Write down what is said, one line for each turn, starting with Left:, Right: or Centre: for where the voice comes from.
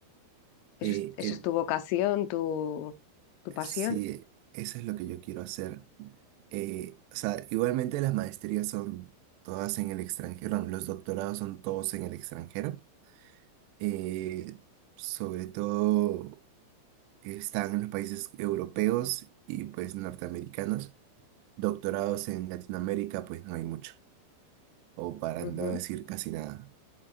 Left: Eso
Right: Eh,
Left: es, esa es tu vocación, tu, tu pasión.
Right: Sí, eso es lo que yo quiero hacer. Eh, o sea, igualmente las maestrías son todas en el extranjero, bueno, los doctorados son todos en el extranjero. Eh, sobre todo están en los países europeos y pues norteamericanos. Doctorados en Latinoamérica pues no hay mucho, o para
Left: Ujú.
Right: no decir casi nada.